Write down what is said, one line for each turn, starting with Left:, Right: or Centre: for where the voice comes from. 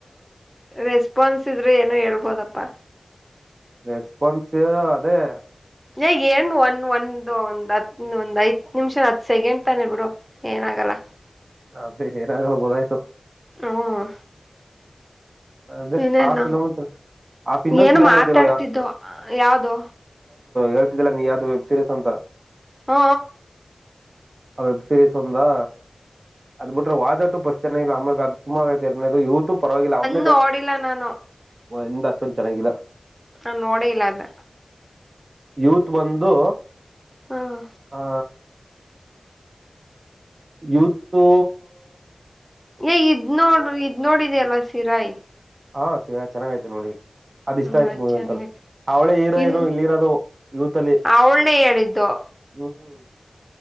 Centre: ರೆಸ್ಪಾನ್ಸ್ ಇದ್ರೆ ಏನ ಹೇಳ್ಬೋದಪ್ಪ ಪ್ಪಾ
Right: ರೆಸ್ಪೋನ್ಸ ಅದೇ
Centre: ಹಗ್ ಏನ್ ಒಂದ ಒಂದ ಒಂದ್ ಹತ್ ಒಂದ್ ಐದ ನಿಮಿಷ ಹತ್ ಸೆಕೆಂಡ್ ತಾನೆ ಬಿಡು ಏನಾಗಲ್ಲ
Right: ಅದೆ ಏನಾಗಲ್ಲ ಗೋದಾಯ್ತು
Centre: ಹ್ಮ
Right: ಅದೆ
Centre: ಇನ್ನೇನು
Right: ಆಫಲಮ್ ಆ ಇನ್ನೊಂದು್
Centre: ಏನು
Right: ಫಿಲಮ್
Centre: ಮಾತಾಡ್ತಿದ್ದು
Right: ಐತಿರ ಯ
Centre: ಯಾವ್ದು
Right: ಹೇಳ್ತಿದಲ್ಲಾ ನೀ ಯಾವ್ದ ವೆಬ್ ಸೀರೀಸ್ ಅಂತ
Centre: ಹ
Right: ಆ ವೆಬ್ ಸೀರೀಸ್ ಒಂದಾ ಅದ ಬಿಟ್ರೆ ವಾಜಟು ಪಶ್ ಚನಾಗಿಲ್ಲ ಆಮೇಲೆ ಅದು ತುಂಬ ಐ ಇದು ಇವತ್ತು ಪರವಾಗಿಲ್ಲ ಅವ್
Centre: ಇ ಓಡಿಲ್ಲ ನಾನು
Right: ಇಂದ ಅಷ್ಟೊಂದು ಚೆನ್ನಾಗಿಲ್ಲ
Centre: ನಾ ನೋಡ ಇಲ್ಲ ಅದ
Right: ಯೂತ್ ಬಂದು
Centre: ಹ್ಮ
Right: ಆ ಯೂಥ ತ
Centre: ಏ ಇದ್ ನೋಡ ಇದ್ ನೋಡಿದ ಅಲ್ವಾ ಸೀರಾಯ
Right: ಹಾ ಸಿ ಚೆನ್ನಾಗಯ್ತು ನೋಡಿ ಅದ್ ಇಷ್ಟ
Centre: ಹ್ಮ್
Right: ಆಯ್ತು ಮುಗಂತ
Centre: ಚೆನ್ನಾಗೈತೆ
Right: ಅವಳೇ ಹೀರೋ
Centre: ಇನ್
Right: ಏರೋ ಇಲ್ಲಿ ಇರೋದು ಯವತ್ಲ್ಲಿ
Centre: ಅವಳನೇ ಹೇಳಿದ್ದು
Right: ಹ್ಮ್